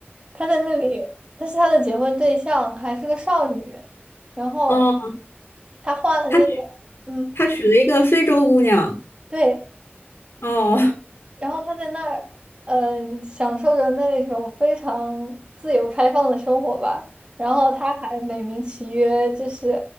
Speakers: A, on the right; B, on the left.
A: 他在那里，但是他的结婚对象还是个少女。然后
B: 哦，
A: 他换了那个，
B: 他
A: 嗯，
B: 他娶了一个非洲姑娘，
A: 对，
B: 哦
A: 然后他在那儿，嗯、享受着那种非常自由开放的生活吧。然后他还美名其曰，就是